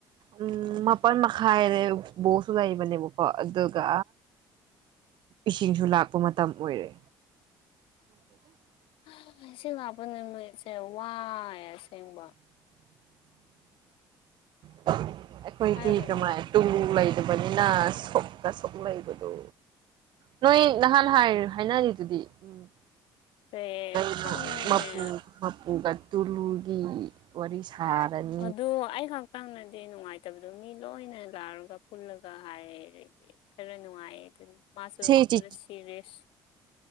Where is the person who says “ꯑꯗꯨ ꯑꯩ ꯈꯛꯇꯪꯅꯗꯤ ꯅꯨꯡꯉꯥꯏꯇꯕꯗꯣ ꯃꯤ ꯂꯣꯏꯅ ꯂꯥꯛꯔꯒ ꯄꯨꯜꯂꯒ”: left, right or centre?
Left